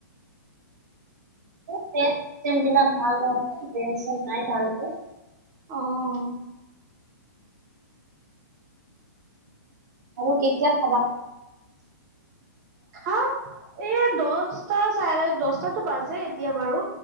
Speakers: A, on the right; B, on the right.
A: ড্ৰেইন চিষ্টেম বিলাক ভাল নহয় যে, ড্ৰেইন শ্ৰেণ নাই ভালকে।
B: অ', অ'।
A: আৰু কেতিয়া খাবা?
B: খাওঁ। এ দহটা চাৰে দহটাটো বাজে এতিয়া বাৰু।